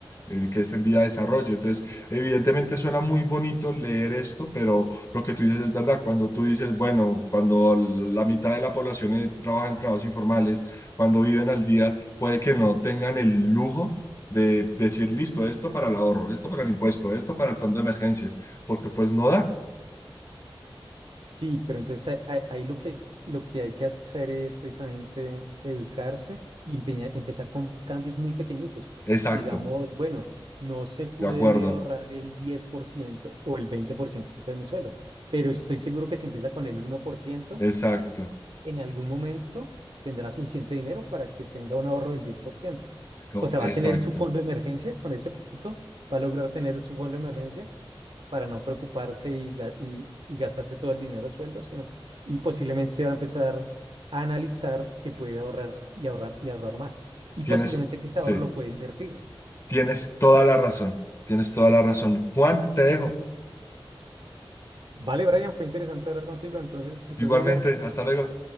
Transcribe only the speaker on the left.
eh, que es en vía de desarrollo. Entonces, evidentemente suena muy bonito leer esto, pero lo que tú dices es verdad. Cuando tú dices, bueno, cuando la mitad de la población eh, trabaja en trabajos informales, cuando viven al día, puede que no tengan el lujo de decir, listo, esto para el ahorro, esto para el impuesto, esto para el fondo de emergencias, porque pues no da.
Exacto,
de acuerdo,
exacto.
Oh,
exacto.
Tienes,
sí,
tienes toda la razón. Tienes toda la razón. Juan, te dejo.
Igualmente,
hasta luego.